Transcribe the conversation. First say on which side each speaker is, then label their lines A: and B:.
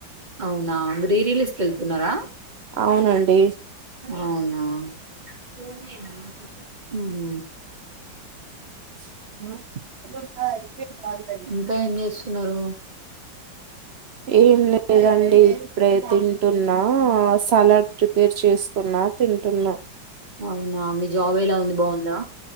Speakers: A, on the right; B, on the right.
A: అవునా రీ రిలీజ్ వెళ్తున్నారా
B: అవునండి
A: అవునా ఉహు
B: <inaudible>
A: ఇంకా ఏం చేస్తున్నారు
B: ఏం లేదండి ఇప్పుడే తింటున్నా సలాడ్ ప్రిపేర్ చేసుకున్నా తింటున్నా
A: అవునా మీ జాబ్ ఎలా ఉంది బాగుందా